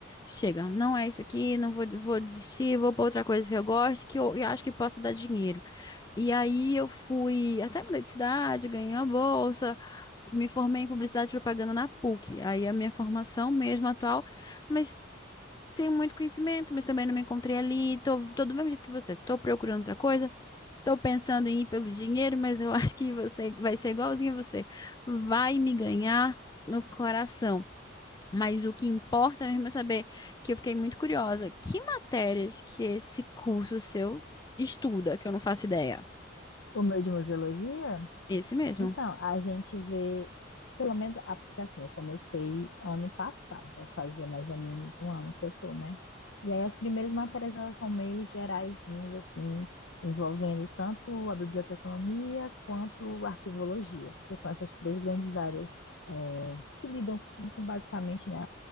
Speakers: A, on the left; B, on the left.
A: Chega, não é isso aqui, não vou, vou desistir, vou para outra coisa que eu gosto, que eu, eu acho que possa dar dinheiro. E aí eu fui, até mudei de cidade, ganhei uma bolsa, me formei em publicidade e propaganda na PUC. Aí a minha formação mesmo atual, mas tenho muito conhecimento, mas também não me encontrei ali. Tô, tô do mesmo jeito que você, tô procurando outra coisa. Tô pensando em ir pelo dinheiro, mas eu <laughs> acho que você vai ser igualzinho a você. Vai me ganhar no coração. Mas o que importa mesmo é saber que eu fiquei muito curiosa. Que matérias que esse curso seu estuda, que eu não faço ideia?
B: O meu de museologia?
A: Esse mesmo.
B: Então, a gente vê, pelo menos, ah, porque assim, eu comecei ano passado, vai fazer mais ou menos um ano que eu tô, né? E aí as primeiras matérias, elas são meio geraisinhas, assim, envolvendo tanto a biblioteconomia quanto a arquivologia, que são essas três grandes áreas, eh, que lidam com, basicamente, né,